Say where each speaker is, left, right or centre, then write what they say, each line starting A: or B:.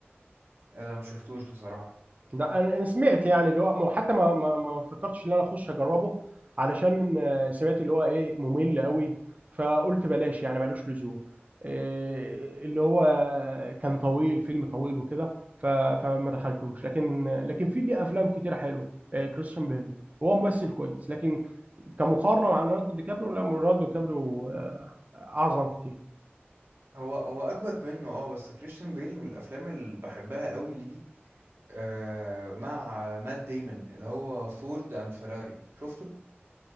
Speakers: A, on the right (about 65°); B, on the right (about 35°).
A: انا ما شفتوش بصراحة
B: لا انا أنا سمعت يعني اللي هو ما- حتى ما ما ما فكرتش ان انا اخش اجربه علشان آه، سمعت اللي هو ايه ممل قوي فقلت بلاش يعني ملوش لزوم إيه، اللي هو كان طويل فيلم طويل وكده ف- فما دخلتوش لكن لكن في ليه افلام كتير حلوه إيه، كريستيان بيل هو ممثل كويس لكن كمقارنه مع ليوناردو دي كابريو لا ليوناردو دي كابريو آه، اعظم كتير
A: هو هو اجمد منه اه بس كريستيان بيل من الافلام اللي بحبها قوي ليه آه، مع مات ديمون اللي هو فورد اند فيراري شفته